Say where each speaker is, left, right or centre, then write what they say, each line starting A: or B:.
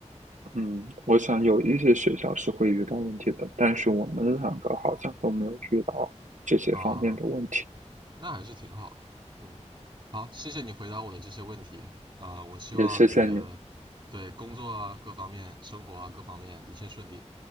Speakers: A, on the right (about 85°); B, on the right (about 40°).
A: 嗯，我想有一些学校是会遇到问题的，但是我们两个好像都没有遇到这些方面的问题。
B: 啊，那还是挺好的。嗯，好，谢谢你回答我的这些问题。呃，我希望你的对工作啊各方面、
A: 也谢谢你，
B: 生活啊各方面一切顺利，